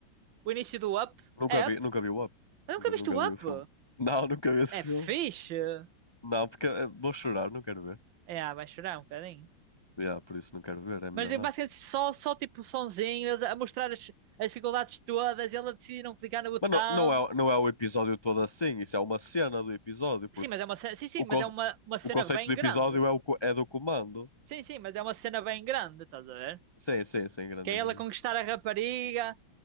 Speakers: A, on the right; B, on the left.
A: o início do Up.
B: Nunca
A: É
B: vi,
A: Up?
B: nunca vi o Up.
A: Eu nunca
B: Nunca,
A: viste
B: nunca
A: o
B: vi
A: Up?
B: o filme. Não, <laughs> nunca vi esse
A: É
B: filme.
A: fixe.
B: Não, porque eh, vou chorar, não quero ver.
A: É, vai chorar um bocadinho.
B: Yeah, por isso não quero ver, é melhor
A: Mas é
B: não.
A: basicamente só, só tipo sonzinho, eles a mostrar as, as dificuldades todas, e ela decide não clicar no botão.
B: Mas não, não é, não é o episódio todo assim, isso é uma cena do episódio, porque
A: Sim, mas é uma cena, sim, sim,
B: o,
A: mas
B: conce-
A: é uma, uma cena
B: o conceito
A: bem
B: do
A: grande.
B: episódio é, o, co- é do comando.
A: Sim, sim, mas é uma cena bem grande, estás a ver?
B: Sim, sim, sim, grandinho.
A: Que é ela conquistar a rapariga,